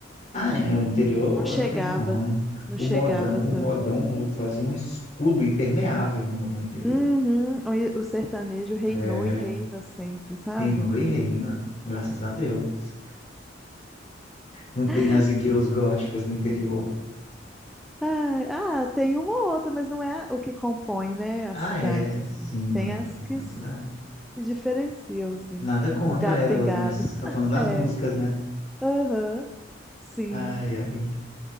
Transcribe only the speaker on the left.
ah, é, o interior
não tem como.
O
modão, o
modão fazia um escudo impermeável no, no interior.
É,
reinou e reina, graças a Deus. Não tem
as igrejas góticas no interior.
Ah,
é,
sim,
olha
que acompanha
a cidade.
Nada contra
elas,
mas
tá falando das
músicas, né?
Ai, ai.